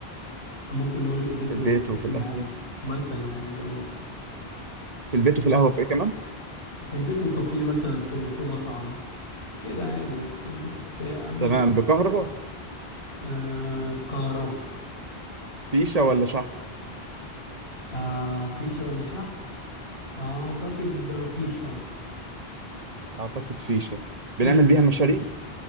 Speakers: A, on the left (about 90°); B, on the right (about 40°).
A: ممكن نقول البيت
B: في البيت
A: والكافيه
B: وفي القهوه
A: عادي مثلا عادي اه
B: في البيت وفي القهوه في ايه كمان
A: في البيت وكافيه مثلا في في مطعم كده عادي يعني في اماكن
B: تمام بكهرباء
A: آه كهرباء
B: فيشه ولا شحن
A: آه فيشه ولا شحن اعتقد فيش اه
B: اعتقد فيشه بنعمل
A: فيش
B: بيها مشاريب